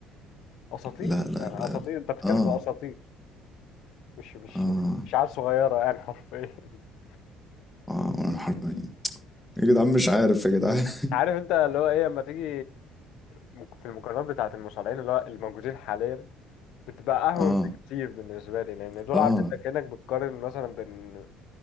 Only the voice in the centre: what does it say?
لا لا
لا
لا
اه
اه
اه انا حرفيا يا جدعان مش عارف يا جدعان <laughs>
اه
اه